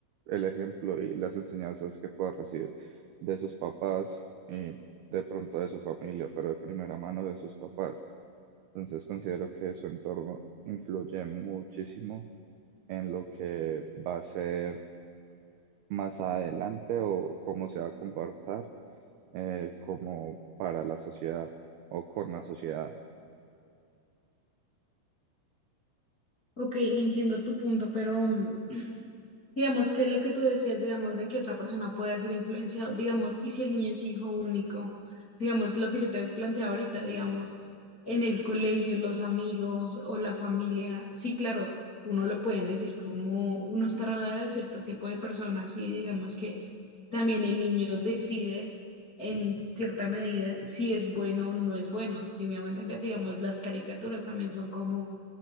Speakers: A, on the right; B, on the left.
A: el ejemplo y las enseñanzas que pueda recibir de sus papás y de pronto de su familia, pero de primera mano de sus papás. Entonces considero que su entorno influye muchísimo en lo que va a ser más adelante o cómo se va a comportar eh, como para la sociedad o con la sociedad.
B: ok, entiendo tu punto, pero mm, Digamos que lo que tú decías, digamos, de que otra persona puede ser influenciado, digamos, y si el niño es hijo único, digamos, lo que yo te planteaba ahorita, digamos, en el colegio, los amigos o la familia, sí, claro, uno lo pueden decir como uno está rodeado de cierto tipo de personas y digamos que también el niño decide en cierta medida si es bueno o no es bueno, si me hago entender, digamos, las caricaturas también son como